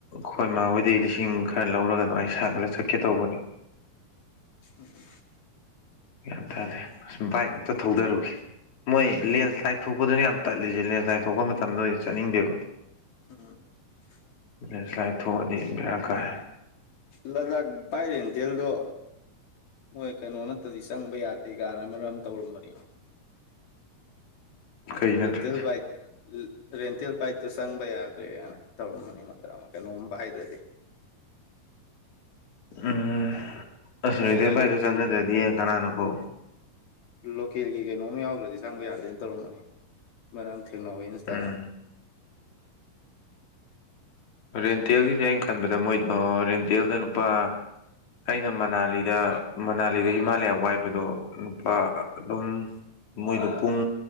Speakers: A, on the left; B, on the left.
A: ꯈꯣꯏꯃꯥ ꯍꯣꯏꯗꯩ ꯂꯤꯁꯤꯡ ꯈꯔ ꯂꯧꯔꯒ ꯑꯗꯨꯃꯥꯏ ꯁꯥꯒꯠꯂ ꯆꯠꯀꯦ ꯇꯧꯕꯅꯤ
B: ꯑꯣ <unintelligible>
A: ꯒ꯭ꯌꯥꯟ ꯇꯥꯗꯦ ꯁꯨꯝ ꯕꯥꯏꯛ ꯑꯝꯇ ꯊꯧꯗꯔꯨꯒꯦ ꯃꯣꯏ ꯂꯦꯟꯁ꯭ꯂꯥꯏꯠ ꯊꯣꯛꯄꯗꯨꯅꯦ ꯌꯥꯝ ꯇꯜꯂꯖꯁꯦ ꯂꯦꯟꯁ꯭ꯂꯥꯏꯠ ꯊꯣꯛꯄ ꯃꯇꯝꯗ ꯑꯣꯏꯔꯗꯤ ꯆꯠꯅꯤꯡꯗꯦꯕ
B: <unintelligible>
A: ꯂꯦꯟꯁ꯭ꯂꯥꯏꯠ ꯊꯣꯛꯑꯗꯤ ꯕꯤꯔꯥ ꯀꯥꯏ
B: ꯂꯗꯥꯛ ꯕꯥꯏ ꯔꯦꯟꯇꯦꯜꯗꯣ ꯃꯣꯏ ꯀꯩꯅꯣ ꯅꯠꯇꯗꯤ ꯆꯪꯕ ꯌꯥꯗꯦꯒꯥꯏꯅ ꯃꯔꯛ ꯑꯃꯥ ꯇꯧꯔꯝꯕꯅꯤ
A: ꯀꯩ ꯅꯠꯇ꯭ꯔꯗꯤ
B: ꯔꯦꯟꯇꯦꯜ ꯕꯥꯏꯛ ꯔꯦꯟꯇꯦꯜ ꯕꯥꯏꯛꯇꯣ ꯆꯪꯕ ꯌꯥꯗ꯭ꯔꯦꯅ ꯇꯧꯔꯝꯕꯅꯤ ꯃꯛ ꯑꯃꯥ ꯀꯩꯅꯣꯝ <unintelligible> ꯗ꯭ꯔꯗꯤ
A: ꯎꯝ ꯑ <unintelligible>
B: ꯃꯣꯏ ꯑꯗꯨꯋꯥꯏ ꯂꯣꯀꯦꯜꯒꯤ
A: ꯆꯪꯅꯗ꯭ꯔꯗꯤ ꯀꯅꯥꯅꯕꯨ
B: ꯂꯣꯀꯦꯜꯒꯤ ꯀꯩꯅꯣꯝ ꯌꯥꯎꯗ꯭ꯔꯗꯤ ꯆꯪꯕ ꯌꯥꯗꯦꯅ ꯇꯧꯔꯝꯕꯅꯦ ꯉꯔꯥꯡ ꯊꯦꯡꯅꯍꯧꯋꯦ <unintelligible>
A: ꯎꯝ ꯔꯦꯟꯇꯦꯜꯒꯤꯗꯤ ꯑꯩ ꯈꯟꯕꯗ ꯃꯣꯏꯗꯣ ꯔꯦꯟꯇꯦꯜꯗ ꯅꯨꯄꯥ ꯑꯩꯅ ꯃꯅꯥꯂꯤꯗ ꯃꯅꯥꯂꯤꯗ ꯍꯤꯃꯥꯂꯌꯥ ꯋꯥꯏꯕꯗꯣ ꯅꯨꯄꯥ ꯑꯗꯨꯝ ꯃꯣꯏꯗꯣ ꯄꯨꯡ